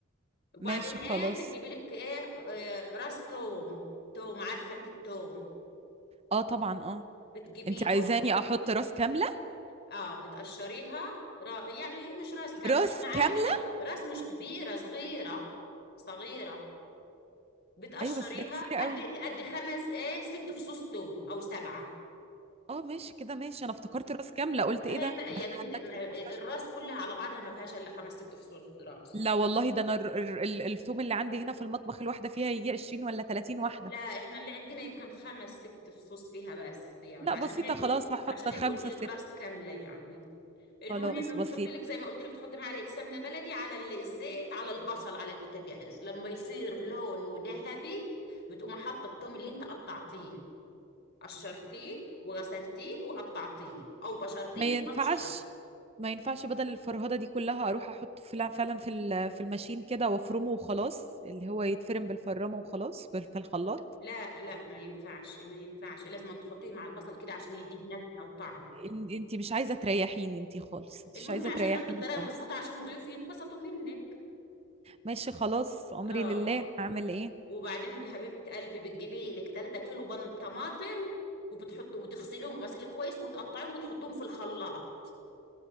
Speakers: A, on the left; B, on the right.
A: وبعدين
B: ماشي خلاص
A: ايه بتجيبي لك ايه آه راس توم توم عارفة انت التوم
B: اه طبعا اه
A: بتجيبيها
B: انت عايزاني
A: وب...
B: احط راس كامله
A: اه بتقشريها را... يعني مش راس كاملة
B: راس
A: يعني
B: كامله
A: عادي لو راس مش كبيرة صغيرة صغيرة بتقشريها
B: ايوه بس ده كتير
A: قد
B: قوي
A: قد خمس ايه ست فصوص توم او سبعة
B: اه ماشي كده ماشي انا افتكرت راس كامله قلت
A: ما
B: ايه
A: هي
B: ده
A: تق- يا
B: ده احنا
A: بنت
B: هنبات
A: ما
B: في المستشفى
A: الراس كلها على بعضها ما فيهاش الا خمس ست فصوص راس
B: لا والله ده انا الر- الر- ال- الثوم اللي عندي هنا في المطبخ الواحده فيها يجي 20 ولا 30 واحده
A: لا احنا اللي عندنا يمكن خمس ست فصوص فيها بس يعني
B: لا
A: عشان
B: بسيطه
A: هيك
B: خلاص
A: قلت
B: هحط
A: عشان
B: خمسه
A: هيك قلت لك
B: ست
A: راس كامله يعني المهم
B: خلاص بسيط
A: بتحطي لك زي ما قلت لك تحطي معلقه سمنه بلدي على ال- الزيت على البصل على البوتاجاز لما يصير لونه ذهبي بتقوم حاطه الثوم اللي انت قطعتيه قشرتيه وغسلتيه وقطعتيه او بشرتيه
B: ما
A: بالمبشره
B: ينفعش ما ينفعش بدل الفرهدة دي كلها اروح احطه في فعلا في ال- في الماشين كده وافرمه وخلاص اللي هو يتفرم بالفرامة وخلاص بال- في الخلاط
A: لا لا ما ينفعش ما ينفعش لازم تحطيه مع البصل كده عشان يديه نكهة وطعم
B: إن- انتي مش عايزة تريحيني انتي خالص انتي
A: المهم
B: مش عايزة
A: عشان
B: تريحيني
A: تاخدي الطريقة
B: خالص
A: مظبوطة عشان الضيوف يتبسطوا منك
B: ماشي خلاص عمري
A: اه
B: لله هعمل ايه
A: وبعدين بحبيبة قلبي بتجيبي لك 3 كيلو بن طماطم وبتحط وتغسليهم غسيل كويس وتقطعيهم وتحطيهم في الخلاط